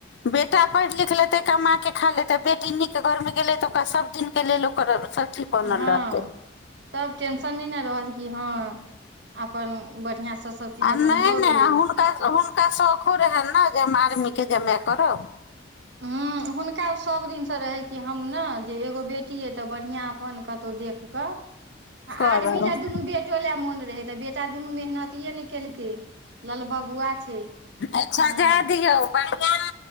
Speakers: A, on the left; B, on the right.
A: बेटा पढ़ि लिख देख लेतै क माँ के खा लेते बेटी नीक घर मे गेले त ओकरा सब दिन के लेल ओकर चीज बनल
B: हँ
A: रहतै
B: तब ेंशनी ने हँ अपन बढ़िआँसँ सभचीज
A: आ
B: अपन
A: नहि
B: भऽ
A: नहि
B: गेलै
A: हुनका हुनका शौखो रहनि ने जे हम आर्मी के जमा कर
B: ह हुनका सब दिन से रहे क हम ने जे एगो बेटी खतियै तऽ बढ़िआँ अपन कतहु देख कऽ
A: करब
B: आर्मी ले दुनू बेटो ले मोन रहे तऽ बेटा दुनू मेहनतिे ने केलकै लल बबुआ छै
A: अच्छा
B: हँ
A: जाादौ बढ़िआ